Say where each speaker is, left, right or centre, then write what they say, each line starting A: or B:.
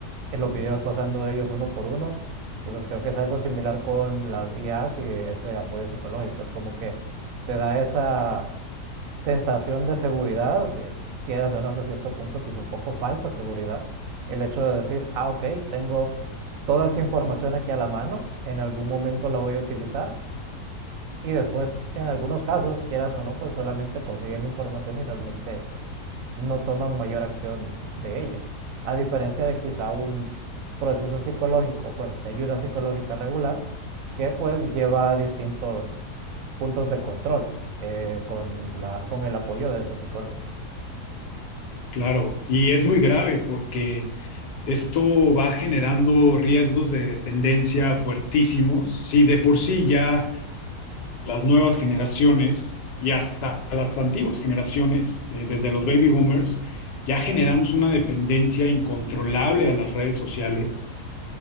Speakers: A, on the right (about 65°); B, on the left (about 80°).
A: en los videos pasando de ellos uno por uno. Entonces creo que es algo similar con las IAs y ese apoyo psicológico. Es como que te da esa sensación de seguridad de quieras o no, hasta cierto punto, quizá un poco falsa seguridad. El hecho de decir, ah, ok, tengo toda esta información aquí a la mano, en algún momento la voy a utilizar. Y después, en algunos casos, quieras o no, pues solamente consiguen información y realmente no toman mayor acción de ella. A diferencia de quizá un proceso psicológico, bueno, de ayuda psicológica regular, que pues lleva a distintos puntos de control eh, con, la, con el apoyo de esos psicólogos.
B: Claro, y es muy grave porque Esto va generando riesgos de dependencia fuertísimos. Si de por sí ya las nuevas generaciones y hasta las antiguas generaciones, eh, desde los baby boomers, ya generamos una dependencia incontrolable a las redes sociales.